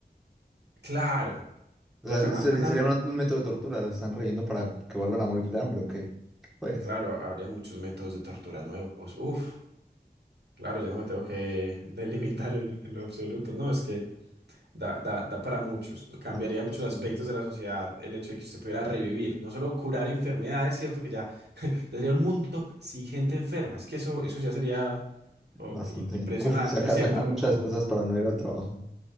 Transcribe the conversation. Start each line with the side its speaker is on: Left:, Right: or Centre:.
Right: Claro.
Centre: O
Right: Entonces,
Centre: sea,
Right: ¿aguantan
Centre: ser-
Right: hambre?
Centre: sería una- un método de tortura, los están reyendo para que vuelvan a morir de hambre, ¿o qué? Pues,
Right: Claro, ha- habría muchos métodos de tortura nuevos. Uf, claro, ya no me tengo que <laughs> delimitar en, en lo absoluto. No, es que da, da, da para muchos. Cambiaría
Centre: da para muchas
Right: muchos
Centre: cosas.
Right: aspectos de la sociedad el hecho de que usted pudiera revivir. No solo curar enfermedades, cierto que ya, ya sería un mundo sin gente enferma. Es que eso, eso ya sería oh,
Centre: Bastante.
Right: i- impresionante,
Centre: bien. Uf, saca-
Right: ¿cierto?
Centre: sacan
Right: Pero-
Centre: muchas excusas para no ir al trabajo.